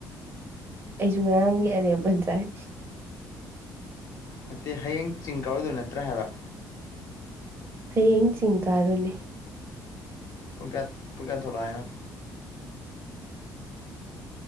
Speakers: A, on the right; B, on the left.
A: ꯑꯩꯁꯨ ꯉꯔꯥꯡꯒꯤ ꯑꯔꯦꯝ ꯑꯣꯟꯖꯥꯏ
B: ꯅꯠꯇꯦ ꯍꯌꯦꯡ ꯆꯤꯡ ꯀꯥꯎꯔꯗꯣꯏ ꯅꯠꯇ꯭ꯔꯥ ꯍꯥꯏꯕ
A: ꯍꯌꯦꯡ ꯆꯤꯡ ꯀꯥꯔꯨꯅꯦ
B: ꯄꯨ ꯀꯌꯥ ꯄꯨꯡ ꯀꯌꯥ ꯊꯧꯂꯥ